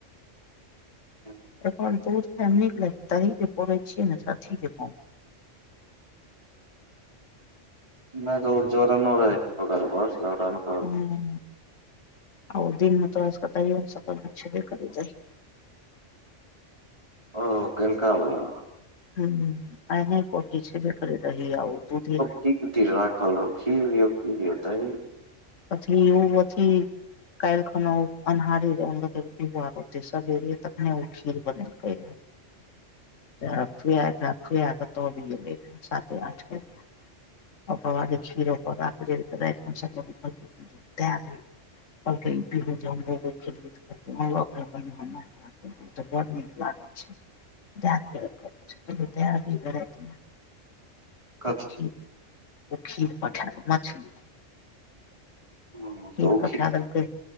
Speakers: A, on the right (about 30°); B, on the left (about 80°).
A: ठीक <inaudible>
B: एकर दू फैमी के ल दही के पौड़े छियै नेथी के
A: नहि त उ जर न रहै घर घर जर <unintelligible>
B: ह आर दिन म तक दइ स बिछ बाद दइ
A: ओ कईलकावला
B: ह आने पखी छै बे कर दही आ दूध
A: कीकटीर रखल रह खेलौ की हेतै।
B: अथी उ अथी काल्हि खन ओ अन्हारे आते सवेरे तखने खीर बनेलकैे
A: <inaudible>
B: तऽ खुआकऽ खुआकेऽ तब एै साते आठके दिन अधे कीर ओप दे दे <unintelligible> कलक हम <unintelligible> ओ तऽ बड़ नीक लागत छै। जा त भ <unintelligible>
A: कथी
B: तीर ओ खीर पठइ मछली
A: तऽ
B: खीर
A: ओ
B: पठा देलकै